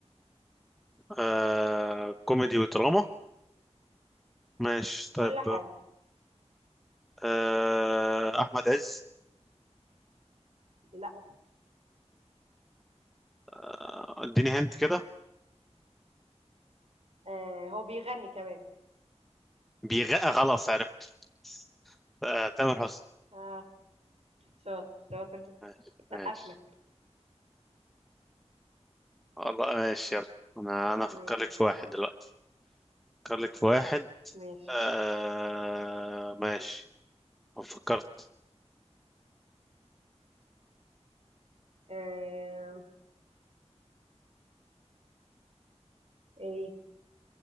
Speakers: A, in the centre; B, on the right (about 65°).
A: آه، كوميدي ودراما ماشي طيب
B: كل حاجة
A: آه، أحمد عز
B: لا
A: آه، اديني هنت كده
B: آه هو بيغني كمان
A: بيغقى خلاص عرفت آه، تامر حسني
B: اه شاطر شاطر
A: ماشي
B: سقف
A: ماشي
B: لك
A: والله ماشي يلا أنا أنا أفكر
B: ماشي
A: لك في واحد دلوقتي أفكر لك في واحد
B: ماشي
A: آه ماشي أنا فكرت
B: آه ايه